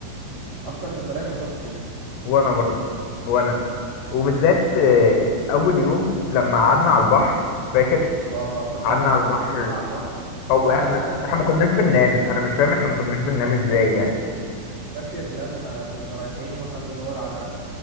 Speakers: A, on the right (about 45°); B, on the left (about 75°).
A: اكتر سفريه اتبسطت فيها
B: وانا برضو وانا وبالذات آه، اول يوم لما قعدنا على البحر فاكر
A: اه فاكر
B: قعدنا
A: لما فضلنا
B: على
A: قاعدين
B: البحر
A: طول الليل على البحر
B: او
A: طب انا
B: احنا
A: اسالك
B: احنا
A: اسالك
B: ما كناش بننام
A: سؤال تاني
B: انا مش فاهم احنا ما كناش بننام ازاي يعني
A: فاكر لما كنا رايحين واحنا بندور على